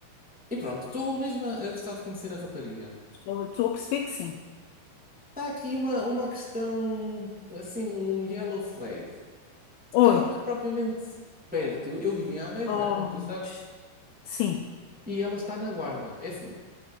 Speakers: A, in the centre; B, on the left.
A: E pronto, estou mesmo a a gostar de conhecer a rapariga.
B: Estou, estou a perceber que sim.
A: Está aqui uma, uma questão, assim, um yellow flag.
B: Oi.
A: Ela não é propriamente perto. Eu, eu vivo em Aveiro,
B: Oh,
A: não é? Como tu sabes.
B: que Sim,
A: E ela está na Guarda. É assim,